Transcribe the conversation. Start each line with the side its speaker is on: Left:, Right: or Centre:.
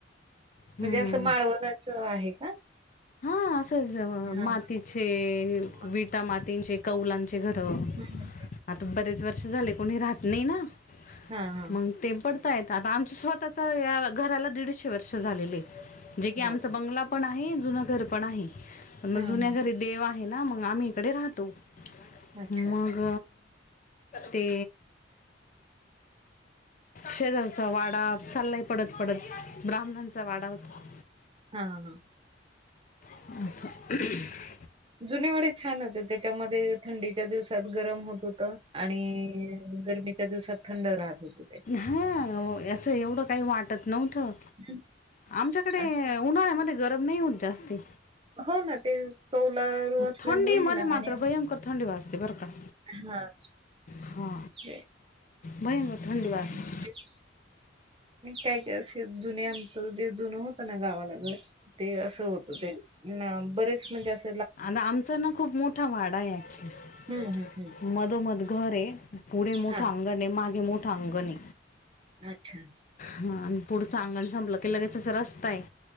Left: हं.
Right: म्हणजे असं माळवनाच आहे का
Left: हा असंच
Right: हां,
Left: मातीचे
Right: मग
Left: विटा मातींचे कौलांचे घरं
Right: हम्
Left: आता बरेच वर्ष झाले कोणी राहत नाही ना
Right: हां, हां.
Left: मग ते पडतायेत आता आमच्या स्वतःच्या या घराला दीडशे वर्ष झालेलेत जे की आमचा
Right: बापरे!
Left: बंगला पण आहे जुन घर पण आहे पण मग
Right: हां,
Left: जुन्या
Right: हां.
Left: घरी देव आहे ना मग आम्ही कडे राहतो
Right: अच्छा.
Left: मग ते शेजारचा वाडा चाललाय पडत पडत ब्राह्मणांचा वाडा होता
Right: हा हा
Left: असं
Right: जुने वाडे छान होते त्याच्यामध्ये थंडीच्या दिवसात गरम होत होत आणि गरमीच्या दिवसात थंड राहत होत
Left: हा असं एवढं काही वाटत नव्हतं
Right: हं.
Left: आमच्याकडे
Right: आणि
Left: उन्हाळ्यामध्ये गरम नाही होत जास्ती
Right: हो ना ते कवलारू असल्यामुळे
Left: थंडीमध्ये
Right: आहे ना
Left: मात्र
Right: आणि
Left: भयंकर थंडी वाजते बरं
Right: हां,
Left: हा
Right: ते
Left: भयकर थंडी वाजते
Right: ह काय काय असे जुने आमचं जे जुनं होतं ना घर ते असं होत ते ना बरेच म्हणजे अस
Left: आण आमचना खूप मोठा वाडा आहे ऍक्चुली
Right: हं, हं, हं.
Left: मधोमध घर आहे पुढे मोठं
Right: हां,
Left: अंग णं मागे मोठं आगणं
Right: अच्छा.
Left: हे आण पुढं चांगण संपलं की लगेच रस्ता आहे